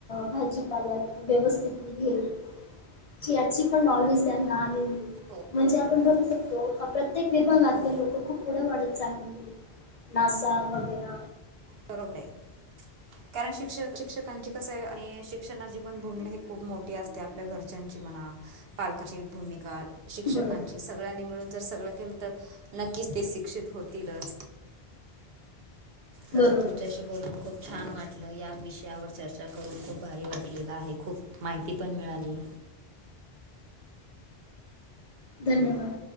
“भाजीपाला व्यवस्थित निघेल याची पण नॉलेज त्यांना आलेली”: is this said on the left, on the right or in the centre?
Left